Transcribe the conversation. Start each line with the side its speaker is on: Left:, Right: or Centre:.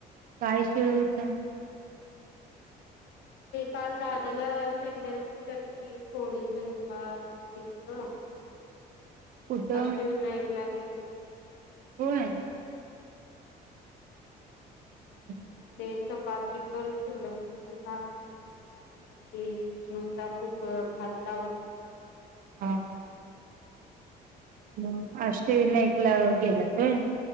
Right: काय शिळ होत?
Left: ते काल दादाला शेंगदाण्याची चटणी, पोळी, झुणका दिलतं.
Right: कुठं
Left: अष्टविनायकला गेलाय. <unintelligible>
Right: होय. हम.
Left: मग ते चपाती पण शिल्लक होती, भाकरी पण शिल्लक होती, नुसता कुक भात लावलेला.
Right: हा हा. मग अष्टविनायकला गेल्यात. हम.